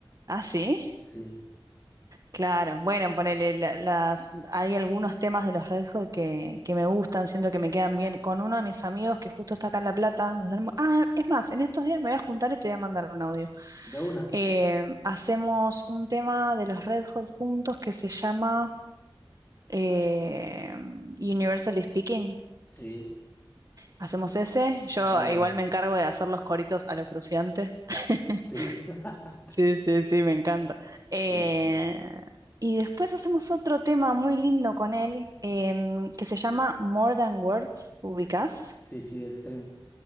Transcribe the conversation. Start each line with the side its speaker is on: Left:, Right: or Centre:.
Right: Ah, sí,
Left: Sí.
Right: claro. Bueno, ponele la- las, hay algunos temas de los Red Hot que, que me gustan, siento que me quedan bien. Con uno de mis amigos que justo está acá en La Plata, nos tenemos- ah, es más, en estos días me voy a juntar y te voy a mandar un audio.
Left: ¿De una?
Right: Eh, hacemos un tema de los Red Hot juntos que se llama eh, Universally Speaking.
Left: Sí.
Right: Hacemos ese. Yo
Left: Está bueno.
Right: igual me encargo de hacer los coritos a lo Fruciante. <laughs>
Left: Sí. <laughs>
Right: Sí, sí, sí, me encanta.
Left: Sí,
Right: Eh,
Left: sí. Sí,
Right: y después hacemos otro tema muy lindo con él em, que se llama More Than Words, ¿ubicás?
Left: sí, sí, Extreme.